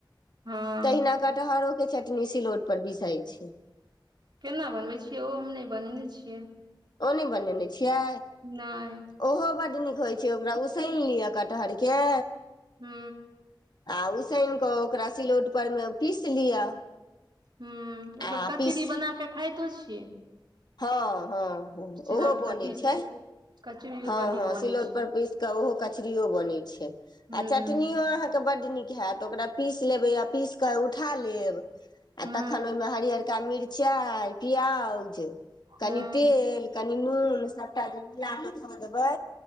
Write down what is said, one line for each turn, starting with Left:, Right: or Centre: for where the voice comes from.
Right: हँ
Left: तहिना कटहरोके चटनी सिलौटपर पीसाय छै
Right: केना बनबै छियै ओ हम नहि बनेने छियै
Left: ओ नहि बनेने छियै
Right: नहि
Left: ओहो बड्ड नीक होइत छै ओकरा उसनि लिअ कटहरके
Right: हू
Left: आ उसनि कऽ ओकरा सिलौट पर मे पीस लिअ
Right: ह ओकर
Left: आ
Right: कचरी
Left: पीस
Right: बना कऽ खाइतो छी
Left: हँ हँ
Right: सिलौट
Left: ओहो
Right: पर
Left: बनी
Right: पीस
Left: छै
Right: के कचरियो
Left: हँ
Right: बड़ नीक
Left: हँ
Right: बनै
Left: सिलौट
Right: छै
Left: पर पीस केऽ ओहो कचरो बनैत छै
Right: हूँ
Left: आ चटनो अहाँ के बड्ड नीक हयत ओकरा पीस लेबै आ पीस कऽ उठा लेब आ
Right: हूँ
Left: तखन ओहिमे हरअरका मिरचाइ प्याज
Right: हूँ
Left: कनि तेल कनी नून सभटा जे मिला कऽ धऽ देबै